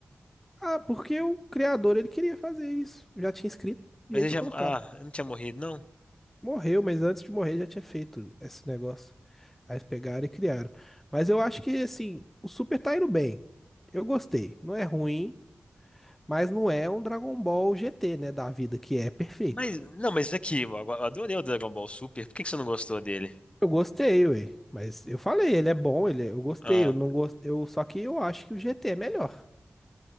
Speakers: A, in the centre; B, on the left.
A: Ah, porque o criador ele queria fazer isso. Já tinha escrito e
B: Mas
A: eles
B: ele já.
A: colocaram.
B: Ah, eu não tinha morrido, não.
A: Morreu, mas antes de morrer já tinha feito esse negócio. Aí eles pegaram e criaram. Mas eu acho que, assim, o Super tá indo bem. Eu gostei. Não é ruim, mas não é um Dragon Ball GT, né, da vida, que é perfeito.
B: Mas, não, mas aqui, eu adorei o Dragon Ball Super. Por que que você não gostou dele?
A: Eu gostei, ué. Mas eu falei, ele é bom, ele é- eu gostei.
B: Ah,
A: Eu não gost... eu... Só que eu acho que o GT é melhor.